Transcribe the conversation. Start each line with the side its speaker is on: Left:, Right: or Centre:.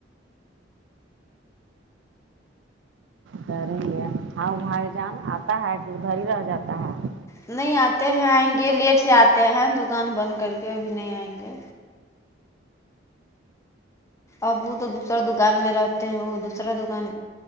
Right: کر رہی ہے آؤ بھائی جان آتا ہے کہ ادھر ہی رہ جاتا ہے
Left: نہیں آتے ہیں آئیں گے لیٹ سے آتے ہیں دکان بند کر کے ابھی نہیں آئیں گے اب وہ تو دوسرا دکان میں رہتے ہیں وہ دوسرا دکان